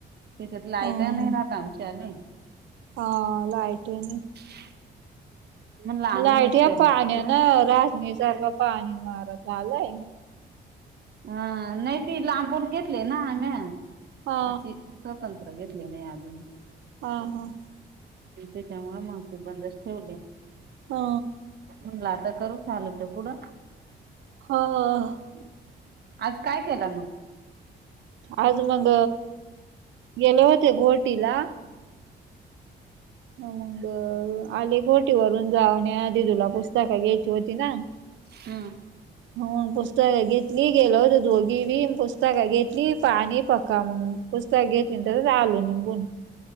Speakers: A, on the right; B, on the right.
A: तिच्यात लाईट
B: हम्म
A: नाही राहत आमच्याने
B: हा लाईटने.
A: <inaudible> म्हणलं आणू
B: लाईट
A: नीट
B: या
A: करून
B: पाण्या
A: पुढं
B: ना रस्नी सारखं पाणी, वारा चालू हाय.
A: हा, नाही ती लांबून घेतलाय ना आस
B: हा
A: अशी. स्वतंत्र घेतली नाही अजून.
B: हा, हा.
A: म त्याच्यामुळे मागते बंदच ठेवले.
B: ह
A: म्हटलं आता करू, चालत कुडं.
B: अ..
A: आज काय केला मग?
B: आज मग गेले होते, गोहाटीला. मग आले गोटी वरून जाऊण्या, दिदूला पुस्तकं घ्यायची होती ना.
A: <unintelligible>
B: <inaudible> हो, पुस्तक घेतली, गेल दोघी बी पुस्तक घेतली पा पाणी पका- <unintelligible> <unintelligible> घेतेन तर आलू निघून.